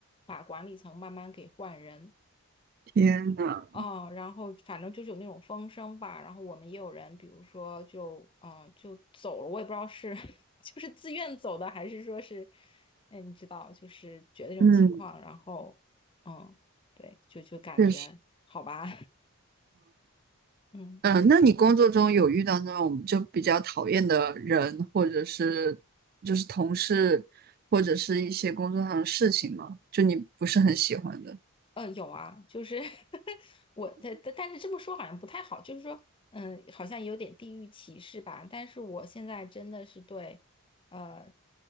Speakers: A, on the left; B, on the right.
A: 把管理层慢慢给换人。
B: 天呐，
A: 哦，然后反正就是有那种风声吧，然后我们也有人，比如说就嗯呃就走了，我也不知道是 <laughs> 就是自愿走的，还是说是，哎，你知道，就是觉得这种情况，
B: 嗯，
A: 然后嗯，对，就就感觉好吧，
B: 确实，
A: <laughs> 嗯。
B: 嗯，呃那你工作中有遇到那种就比较讨厌的人，或者是就是同事，或者是一些工作上的事情吗？就你不是很喜欢的？
A: 呃，有啊，就是 <laughs> 我的，但但是这么说好像不太好，就是说，嗯，好像有点地域歧视吧。但是我现在真的是对，呃，